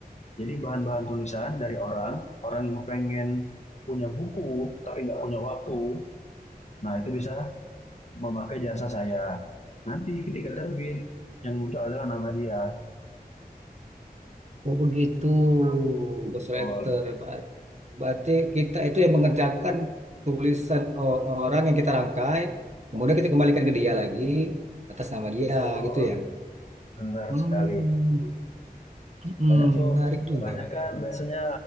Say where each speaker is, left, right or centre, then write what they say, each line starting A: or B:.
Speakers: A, on the left; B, on the right.
A: Jadi bahan-bahan tulisan dari orang, orang yang pengen punya buku tapi nggak punya waktu, nah itu bisa memakai jasa saya. Nanti ketika terbit, yang muncul adalah nama dia.
B: Oh, begitu. Ghostwriter.
A: Betul.
B: Ber- Berarti kita itu yang mengerjakan tulisan o- orang yang kita rangkai. Kemudian kita kembalikan ke dia lagi atas nama dia
A: Betul,
B: gitu ya.
A: benar
B: Hmm,
A: sekali.
B: hmm
A: Banyak tuh,
B: menarik juga.
A: kebanyakan biasanya